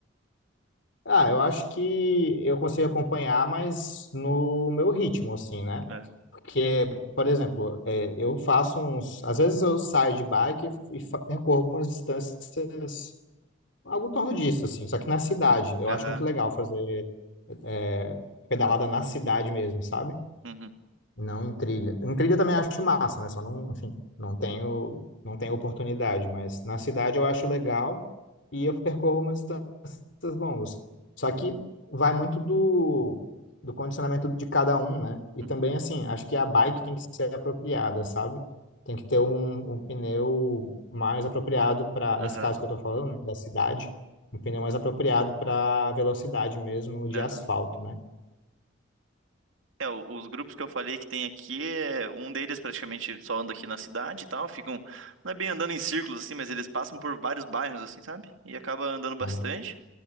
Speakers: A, on the left; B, on the right.
A: Ah, eu acho que eu consigo acompanhar, mas no meu ritmo, assim, né?
B: Aham,
A: Porque, por exemplo, é, eu faço uns. Às vezes eu saio de bike e fa- percorro umas distâncias, algo em torno disso, assim, só que na cidade. Eu
B: aham,
A: acho muito legal fazer é, pedalada na cidade mesmo, sabe?
B: uhum,
A: Não em trilha. Em trilha eu também acho massa, né? Só não, enfim, não tenho, não tenho oportunidade, mas na cidade eu acho legal e eu percorro umas distâncias longas. Só que vai muito do, do condicionamento de cada um, né? E
B: uhum,
A: também, assim, acho que a bike tem que ser apropriada, sabe? Tem que ter um, um pneu mais apropriado para, nesse
B: aham,
A: caso que eu tô falando, né, da cidade, um pneu mais apropriado para velocidade mesmo de
B: aham.
A: asfalto, né?
B: É, o- os grupos que eu falei que tem aqui, é, um deles praticamente só anda aqui na cidade e tal, ficam, não é bem andando em círculos assim, mas eles passam por vários bairros assim, sabe? E acaba andando bastante.
A: Aham,